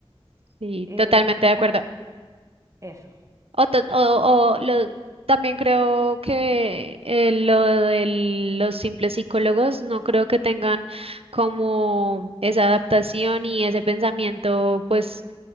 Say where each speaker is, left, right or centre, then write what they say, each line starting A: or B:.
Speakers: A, on the right; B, on the right.
A: sí,
B: eh,
A: totalmente de acuerdo.
B: pues eso.
A: O, ta- o- o lo- también creo que eh, lo de los simples psicólogos no creo que tengan como esa adaptación y ese pensamiento, pues